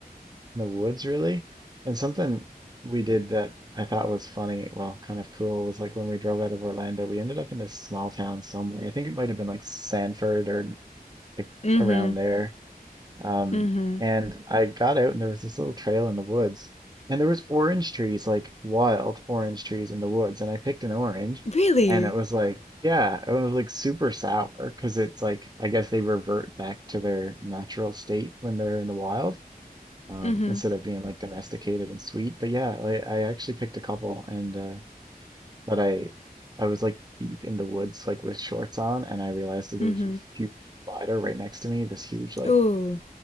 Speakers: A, on the right (about 25°); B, on the left (about 45°).
A: the woods, really. And something we did that I thought was funny, well, kind of cool, was like when we drove out of Orlando, we ended up in this small town somewhere. I think it might have been like Sanford or like
B: Mm-hmm.
A: around there. Um,
B: Mm-hmm.
A: and I got out and there was this little trail in the woods and there was orange trees, like wild orange trees in the woods. And I picked an orange
B: Really?
A: and it was like, yeah, it was like super sour because it's like, I guess they revert back to their natural state when they're in the wild, um,
B: Mm-hmm.
A: instead of being like domesticated and sweet. But yeah, I, I actually picked a couple and, uh, but I, I was like deep in the woods, like with shorts on and I realized that there
B: Mm-hmm.
A: was a huge spider right next to me, this huge, like,
B: Ooh.